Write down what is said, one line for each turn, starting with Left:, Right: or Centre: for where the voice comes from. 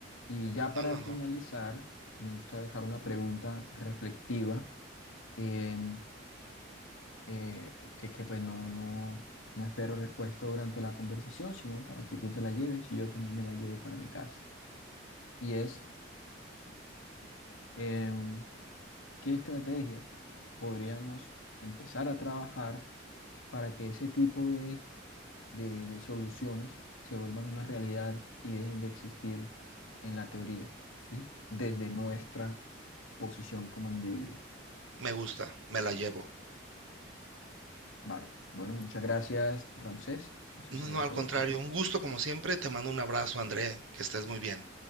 Left: Y ya para
Right: No, no,
Left: finalizar,
Right: no.
Left: me gusta dejar una pregunta reflectiva. Eh, eh, que, que, pues no, no, no espero respuesta durante la conversación, sino para que tú te la lleves y yo también me la llevo para mi casa. Y es, em, ¿qué estrategias podríamos empezar a trabajar para que ese tipo de, de, de soluciones se vuelvan una realidad y dejen de existir en la teoría, ¿sí? Desde nuestra posición como individuos.
Right: Me gusta, me la llevo.
Left: Vale. Bueno, muchas gracias, Ramsés. Eso
Right: No,
Left: sería
Right: no, al
Left: todo
Right: contrario,
Left: por hoy.
Right: un gusto como siempre. Te mando un abrazo, André. Que estés muy bien.